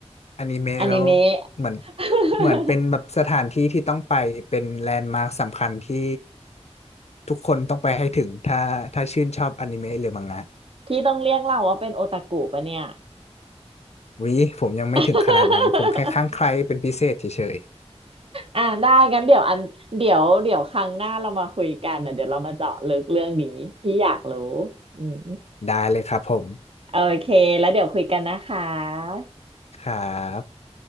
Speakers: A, on the left; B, on the right.
A: อนิเมะแล้ว
B: อนิเมะ
A: เหมือน
B: <laughs>
A: เหมือนเป็นแบบสถานที่ที่ต้องไปเป็นแลนด์มาร์คสำคัญที่ทุกคนต้องไปให้ถึงถ้าถ้าชื่นชอบอนิเมะหรือมังงะ
B: พี่ต้องเรียกเราว่าเป็นโอตาคุปะเนี่ย
A: วิผมยังไม่ถึงขนาดนั้นผมแค่ข้างใครเป็นพิเศษเฉย
B: <laughs> อ่ะได้งั้นเดี๋ยวอันเดี๋ยวเดี๋ยวครั้งหน้าเรามาคุยกันนะเดี๋ยวเรามาเจาะลึกเรื่องนี้พี่อยากรู้อืม
A: ๆได้เลยครับผม
B: โอเคแล้วเดี๋ยวคุยกันนะคะ
A: ครับ